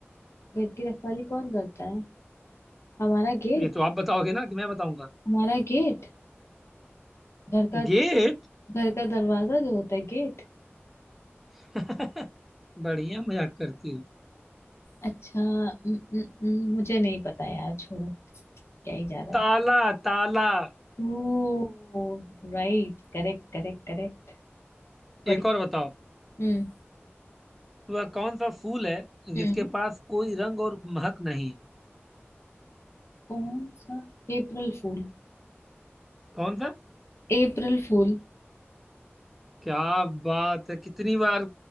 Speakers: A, on the left; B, in the centre.
A: घर की रखवाली कौन करता है हमारा गेट
B: ये तो आप बताओगे ना कि मैं बताऊंगा
A: हमारा गेट घर का
B: गेट
A: घर का दरवाजा जो होता है गेट
B: <laughs> बढ़िया मजाक करती हो
A: अच्छा न, न, न, मुझे नहीं पता यार छोड़ो क्या ही जा रहा है
B: ताला ताला
A: Oh right correct correct correct बड़ी
B: एक और बताओ
A: हम्म
B: वह कौन सा फूल है जिसके
A: हम्म
B: पास कोई रंग और महक नहीं है
A: कौन सा अप्रैल फूल
B: कौन सा
A: अप्रैल फूल
B: क्या बात है कितनी बार